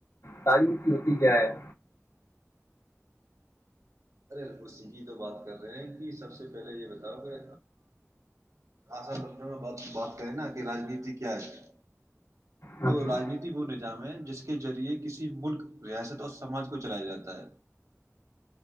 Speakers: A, on the left (about 80°); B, on the right (about 85°).
A: تعاریفتی ہوتی کیا ہے
B: ارے اسی ہی تو بات کر رہے ہیں کی سب سے پہلے یہ بتاؤ کہ آشا لفظوں میں بات بات کریں نا کہ راجنیتی کیا ہے
A: ہاں
B: تو
A: جی
B: راجنیتی وہ نہیں جام ہے جس کے ذریعے کسی ملک ریاست اور سماج کو چلایا جاتا ہے